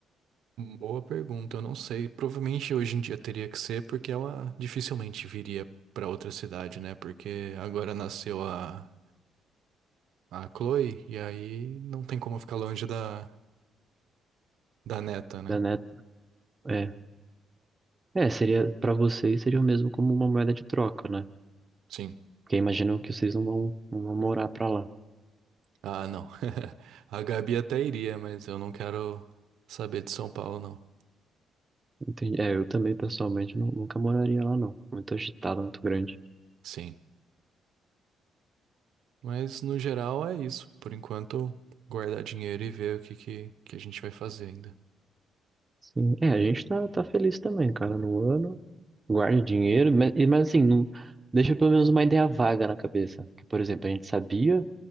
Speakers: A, on the right; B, on the right.
A: boa pergunta, eu não sei. Provavelmente hoje em dia teria que ser porque ela dificilmente viria pra outra cidade, né? Porque agora nasceu a, a Chloe e aí não tem como ficar longe da, da neta, né?
B: Da Net... É, é, seria para vocês seria o mesmo como uma moeda de troca, né?
A: Sim.
B: Porque imaginam que vocês não vão, não vão morar pra lá.
A: Ah, não. <laughs> A Gabi até iria, mas eu não quero saber de São Paulo, não.
B: Entendi. É, eu também pessoalmente nu- nunca moraria lá, não. Muito agitado, muito grande.
A: Sim. Mas no geral é isso. Por enquanto, guardar dinheiro e ver o que, que, que a gente vai fazer ainda.
B: Sim. É, a gente tá, tá feliz também, cara, no ano. Guarde dinheiro, mas, e- mas assim, não, deixa pelo menos uma ideia vaga na cabeça. Que, por exemplo, a gente sabia